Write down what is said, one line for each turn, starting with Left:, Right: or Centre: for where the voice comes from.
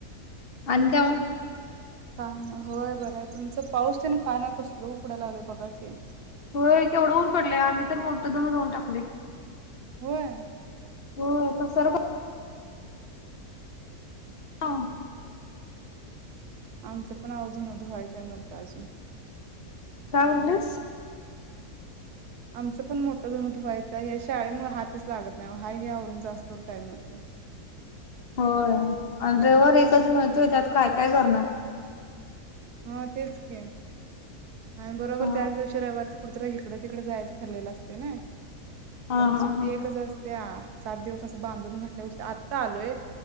Left: आणि तेव्हा.
Right: काय ना होय. बरं आहे तुचं पाऊस तेन काय नाही कसल उकडयला लागलय बघा की.
Left: हो केवढ ऊन पडलय आम्ही तर मोठं धुन धुवुन टाकलय.
Right: होय.
Left: होय पसरतय. हा
Right: आमचं पण अव धुण धुवायच आहे मोठं अजून.
Left: काय म्हणलास
Right: आमचं पण मोठं धुन धुवायचं आहे या शाळेमुळे हातच लागत नाही हा हे आवरून जास तवर टाईम होतय.
Left: होय आणि रविवार एकच मिळतोय त्यात काय काय करणार.
Right: हा तेच की. आणि बरोबर
Left: हा
Right: त्याच दिवशी रविवारच. कुठेतरी इिकडं तिकडें जायचं ठरलेलं असत य नाही.
Left: हा
Right: कारण सुट्टी
Left: हा हा
Right: एकच असते. त्या सात दिवस असं बांधून घातल्यासारख आत्ता आलोय